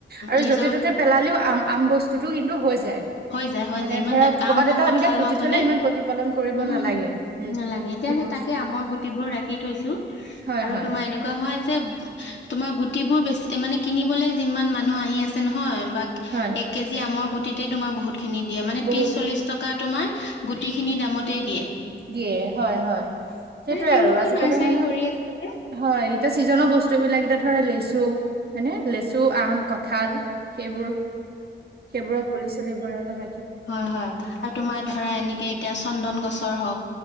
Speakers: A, on the right; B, on the left.
A: আৰু
B: নিজৰ
A: য'তে ত'তে পেলালেও আম আম বস্তুতটো কিন্তু হৈ যায়।
B: হৈ যায় হৈ
A: মানে
B: যায় ইমান
A: ধৰা কৰ'বাত
B: আম হওক
A: এটা
B: কঁঠাল
A: এনেকে পুতি
B: হওক
A: থলে
B: হয়নে
A: ইমান প্ৰতিপালন কৰিব
B: উম।
A: নালাগে।
B: নালাগে এতিয়া
A: সেইবোৰ
B: সেই তাকে আমৰ গুটিবোৰ ৰাখি থৈছো
A: হয়
B: আৰু
A: হয়
B: তোমাৰ এনেকুৱা হয় যে তোমাৰ গু গুটিবোৰ বেছি মানে কিনিবলৈ যিমান মানুহ আহি আছে নহয় বা
A: হয়
B: এক কেজি আমৰ গুটি গুটিতে তোমাৰ বহুত খিনি দিয়ে মানে
A: বহুত
B: ত্ৰিশ চল্লিশ টকা তোমাৰ গুটি খিনি দামতেই দিয়ে।
A: দিয়ে হয়-হয়, সেইটোৱে
B: মানে তেওঁলোকেও
A: আৰু আজিকালি
B: নাৰ্চাৰী
A: মানে
B: কৰি আছে যে
A: হয়, এতিয়া চিজনৰ বস্তু বিলাক এতিয়া ধৰা লেচু হয়নে লেচু, আম, কঁঠাল সেইবোৰ সেইবোৰৰ পুলি চুলিবোৰৰ লগত
B: হয়-হয় আৰু তোমাৰ ধৰা এনেকে এতিয়া চন্দন গছৰ হওক